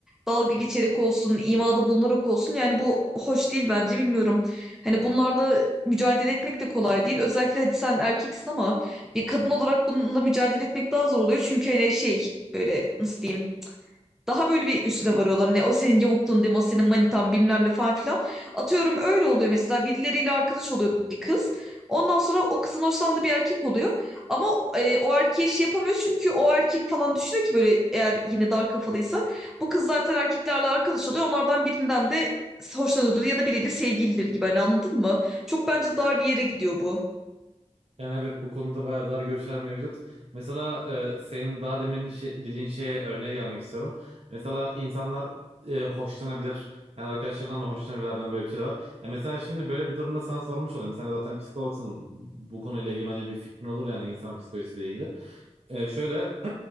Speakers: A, in the centre; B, on the right.
A: dalga geçerek olsun, imada bulunarak olsun. Yani bu hoş değil bence bilmiyorum. Hani bunlarla mücadele etmek de kolay değil. Özellikle hadi sen erkeksin ama bir kadın olarak bununla mücadele etmek daha zor oluyor. Çünkü hani şey böyle nasıl diyeyim daha böyle bir üstüne varıyorlar. Hani o senin yavukluğun deme O senin manitan bilmem ne falan filan. Atıyorum öyle oluyor mesela. Birileriyle arkadaş oluyor bir kız. Ondan sonra o kızın hoşlandığı bir erkek oluyor. Ama e, o erkeğe şey yapamıyor. Çünkü o erkek falan düşünüyor ki böyle eğer yine dar kafalıysa. Bu kız zaten erkeklerle arkadaş oluyor. Onlardan birinden de hoşlanıyordur ya da biriyle sevgilidir gibi. Hani anladın mı? Çok bence dar bir yere gidiyor bu.
B: Yani evet bu konuda bayağı dar görüşler mevcut. Mesela e, senin daha demin şey, dediğin şeye örneğe gelmek istiyorum. Mesela insanlar e, hoşlanabilir. Yani arkadaşlarından da hoşlanabilirden böyle bir şey de var. Ya mesela şimdi böyle bir durumda sana sormuş olayım. Sen de zaten psikologsun. Bu konuyla ilgili bence bir fikrin olur yani insan psikolojisiyle ilgili. E, şöyle <clears throat>